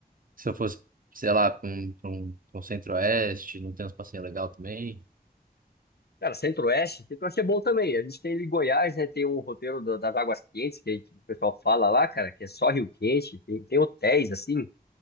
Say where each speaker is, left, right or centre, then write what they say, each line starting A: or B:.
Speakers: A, on the right; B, on the left.
A: Se eu fosse, sei lá, pra um, pra um, pra um centro-oeste, não tem uns passeios legal também.
B: Cara, Centro-Oeste, Centro-Oeste é bom também. A gente tem ali Goiás, né? Tem um roteiro do- das Águas Quentes, que, que o pessoal fala lá, cara, que é só Rio Quente. Tem, tem hotéis, assim.